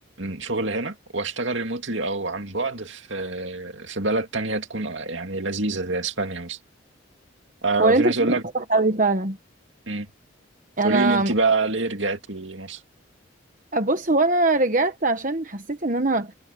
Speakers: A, on the right; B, on the right.
A: شغل هنا واشتغل ريموتلي او عن بعد في في بلد تانية تكون يعني لذيذه زي اسبانيا مثلا آه،
B: هو اللي
A: وفي
B: انت
A: ناس
B: بتقوله
A: يقول لك
B: ده صح قوي فعلا
A: مم،
B: يعني
A: قولي
B: انا
A: لي انت بقى ليه رجعتي مصر؟
B: بص هو انا رجعت عشان حسيت ان انا